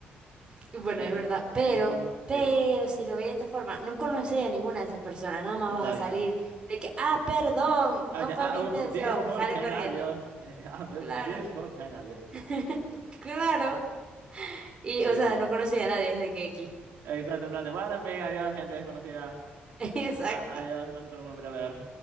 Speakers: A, on the right; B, on the right.
A: Bueno,
B: Eh,
A: es verdad, pero,
B: equis
A: pero
B: de
A: si lo veis de esta forma, no conoces a ninguna de esas personas, nada más
B: Exacto.
A: vas a salir de que, ah, perdón,
B: Acá-
A: no fue
B: ah,
A: mi intención,
B: ups, disculpen,
A: sale corriendo.
B: adiós. <laughs> Ah,
A: Claro,
B: ups, disculpen, adiós.
A: <laughs> claro. Y,
B: Sí,
A: o sea,
B: sí.
A: no conoces a nadie desde que aquí.
B: Exacto, en plan de, bueno, en fin, adiós, gente desconocida.
A: <laughs> Exacto,
B: A- adiós, más nunca los volveré a ver.